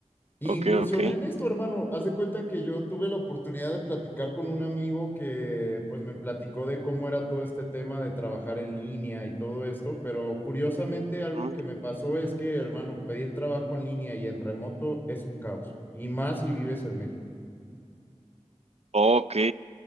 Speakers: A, on the left; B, on the right.
A: Y
B: ok,
A: incursioné
B: ok.
A: en esto, hermano. Haz de cuenta que yo tuve la oportunidad de platicar con un amigo que pues me platicó de cómo era todo este tema de trabajar en línea y todo esto, pero curiosamente algo
B: Ujú.
A: que me pasó es que, hermano, pedir trabajo en línea y en remoto es un caos, y más si vives en México.
B: Ok,